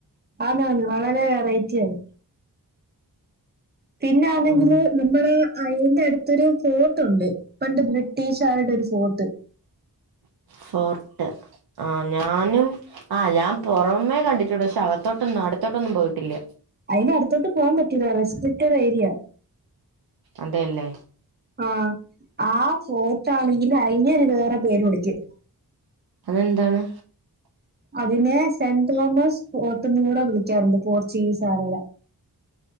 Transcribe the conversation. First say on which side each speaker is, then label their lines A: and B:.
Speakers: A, on the right (about 25°); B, on the right (about 65°).
A: ആന്ന് ആന്ന് വളരെ വെറൈറ്റിയാത് പിന്നാന്നെങ്കില്
B: ആ
A: നമ്മളെ അയ്ന്റെ അടുത്തൊരു ഫോർട്ടുണ്ട് പണ്ട് ബ്രിട്ടീഷുകാരുടെ ഒരു ഫോർട്ട്
B: ഫോർട്ട് ആഹ് ഞാനും ആഹ് ഞാൻ പൊറമേ കണ്ടിട്ടുണ്ട് പക്ഷെ അകത്തോട്ടൊന്നും അടുത്തോട്ടൊന്നും പോയിട്ടില്ല
A: അതിനടുത്തോട്ട് പോവാൻ പറ്റില്ല റെസ്ട്രിക്റ്റഡേരിയ
B: അതെല്ലേ
A: ആഹ് ആഹ് ഫോട്ട ആണെങ്കിൽ അഴിഞ്ഞെ വേറെര് പേര് വിളിക്കും
B: അതെന്താണ്
A: അതിനെ സെന്റ് തോമസ് ഫോട്ടന്ന് കൂടെ വിളിക്കാറുണ്ട് പോർച്ചുഗീസാരുടെ